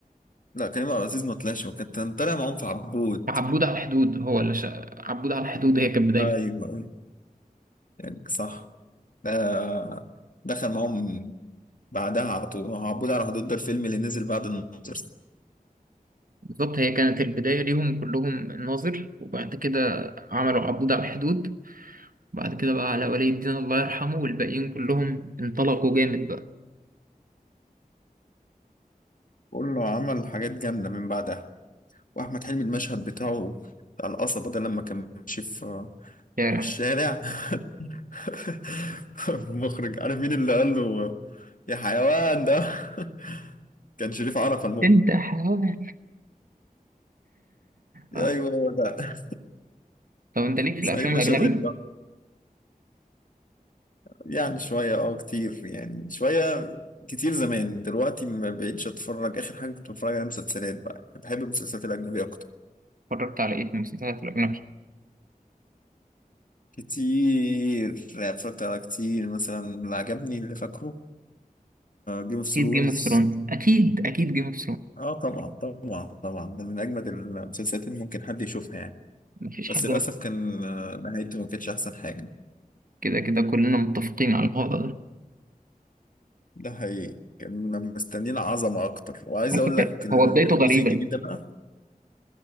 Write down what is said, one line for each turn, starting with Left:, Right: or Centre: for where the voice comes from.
Left: لا كريم عبد العزيز ما طلعش وكان كان طالع معاهم في عبود
Right: عبود على الحدود هو اللي شا... عبود على الحدود هي كانت بدايته
Left: أيوه أيوه. يعني صح ده دخل معاهم بعدها على طول هو عبود على حدود ده الفيلم اللي نزل بعد الناظر
Right: بالظبط هي كانت البداية ليهم كلهم الناظر وبعد كده عملوا عبود على الحدود وبعد كده بقى على ولي الدين الله يرحمه والباقيين كلهم انطلقوا جامد بقى
Left: كله عمل حاجات جامدة من بعدها وأحمد حلمي المشهد بتاعه بتاع القصبة ده لما كان ماشي في
Right: شارع
Left: في الشارع <laughs> المخرج عارف مين اللي قال له يا حيوان ده <laughs> كان شريف عرفة المخرج
Right: انت حاول اه
Left: ايوه هو ده
Right: طب انت ليك في
Left: صعيدي
Right: الافلام
Left: مش
Right: الاجنبي
Left: هتغير يعني شويه اه كتير يعني شويه كتير زمان دلوقتي ما بقتش اتفرج اخر حاجه كنت بتفرج على مسلسلات بقى بحب المسلسلات الاجنبيه اكتر
Right: اتفرجت على ايه في المسلسلات الاجنبي
Left: كتير يعني اتفرجت على كتير مثلا اللي عجبني اللي فاكره جيم اوف ثرونز
Right: اكيد جيم اوف ثرونز اكيد اكيد جيم اوف
Left: اه Game of Thrones. آه، طبعا طبعا طبعا ده من اجمد المسلسلات اللي ممكن حد يشوفها يعني
Right: مفيش
Left: بس
Right: حد
Left: للأسف كان آه، نهايته ما كانتش أحسن حاجة
Right: كده كده كلنا متفقين على الوضع ده
Left: ده حقيقي كنا مستنيين عظمة أكتر وعايز
Right: على
Left: أقول
Right: فكرة
Left: لك الجزء
Right: هو بدايته غريبة
Left: الجديد ده بقى